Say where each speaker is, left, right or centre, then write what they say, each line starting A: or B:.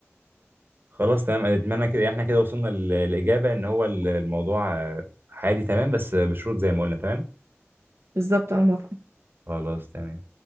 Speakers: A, on the right; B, on the right.
A: خلاص تمام اتمنى كده احنا كده وصلنا للاجابه ان هو ال- الموضوع آه، عادي تمام بس بشروط زي ما قلنا تمام
B: بالظبط انا موافقة
A: خلاص تمام